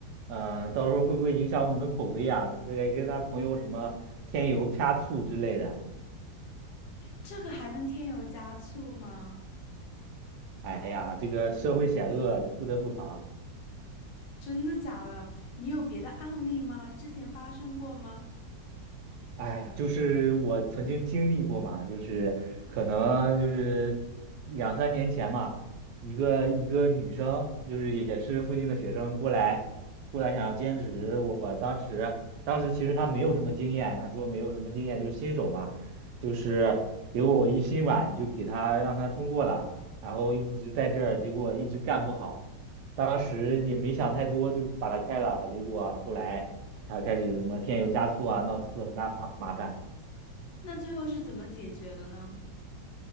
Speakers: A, on the right (about 70°); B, on the left (about 75°).
A: 嗯，到时候会不会影响我们的口碑啊？他该跟他朋友什么添油加醋之类的。
B: 这个还能添油加醋吗？
A: 哎呀，这个社会险恶，你不得不防。
B: 真的假的？你有别的案例吗？之前发生过吗？
A: 哎呀，就是我曾经经历过嘛，就是可能就是两三年前嘛，一个一个女生，就是也是附近的学生过来过来想要兼职，我当时当时其实她没有什么经验，她说没有什么经验，就是新手嘛，就是结果我一心软就给她让她通过了，然后一直在这儿，结果一直干不好。当时也没想太多，就把他开了。结果啊后来他开始什么添油加醋啊，闹出了很大麻麻烦。
B: 那最后是怎么解决的呢？